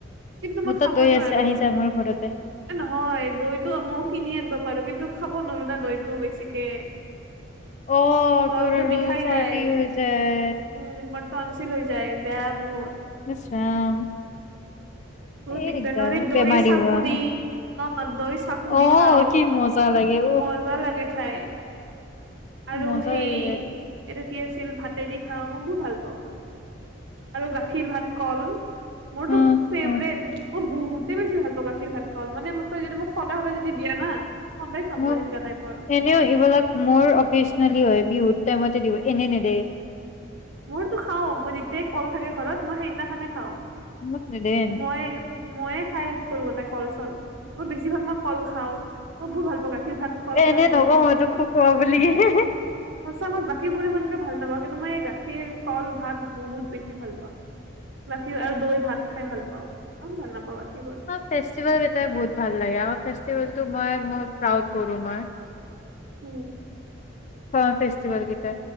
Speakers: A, on the right (about 65°); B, on the left (about 35°).
A: কিন্তু মই
B: মোৰ তাত
A: খাবই
B: দৈ
A: নোৱাৰো।
B: আছে আহি যা মোৰ ঘৰতে।
A: এ নহয় দৈটো ময়ো কিনি আনিব পাৰো কিন্তু খাব নোৱাৰো না দৈটো বেছিকে।
B: অ
A: গোলটো
B: তোৰ আৰু
A: বিষাই
B: চৰ্দি
A: যায়।
B: হৈ যায় অ
A: উম, মোৰ টোনশ্যিল হৈ যায় বেয়া বহুত।
B: ইচ ৰাম
A: বহুত
B: এই
A: দিগদাৰ নহ'লে দৈ
B: বেমাৰী
A: চাকো
B: হোৱা
A: দি। অ', দৈ চাকো
B: অ
A: দি খাওঁ
B: কি মজা লাগে উফ
A: মজা লাগে খাই। আৰু
B: মজা
A: সেই
B: লাগি
A: এইটো
B: যায়
A: কি আছিল ভাতেদি খাওঁ মই বহুত ভাল পাওঁ। আৰু গাখীৰ ভাত কল। মোৰতো
B: উম
A: ফেভৰেট
B: উম,
A: মই বহুতে বেছি ভাল পাওঁ গাখীৰ ভাত কল মানে তই যদি মোক সদায় সদায় যদি দিয়া না সদায় খাম
B: মোক
A: মই সেনেকুৱা টাইপৰ।
B: এনেও এইবিলাক মোৰ অকেছনেলি হয় বিহুৰ টাইমতে দিওঁ এনে নেদে।
A: মোৰতো খাওঁ। মই যেতিয়াই কল থাকে‌ ঘৰত, মই সেইদিনাখনে খাওঁ।
B: মোক নিদিয়ে।
A: মই, মইয়ে খাই শেষ কৰোঁ গোটেই কল-চল। মই বেছিভাগ, মই কল খাওঁ, মই বহুত ভাল পাওঁ, গাখীৰ ভাত! কল
B: এ,
A: খাই
B: এনেই
A: বহুত
B: নকওঁ
A: বেছি
B: মই
A: ভাল
B: তোক,
A: পাওঁ
B: খকোৱা বুলি কেনে।
A: সঁচা মই, বাকীবোৰ ইমানকে ভাল নাপাওঁ! কিন্তু, মই এই, গাখীৰ, কল, ভাত বহুত বেছি ভাল পাওঁ! বাকী আৰু দৈ-ভাত খাই ভাল পাওঁ! আৰু ভাল নাপাওঁ বাকীবোৰ।
B: আমাৰ ফেষ্টিভেল কেইটাই বহুত ভাল লাগে! আমাৰ ফেষ্টিভেলটো, মই মোৰ, প্ৰাউড কৰোঁ মই!
A: উম।
B: <unintelligible> ফেষ্টিভেল কেইটা।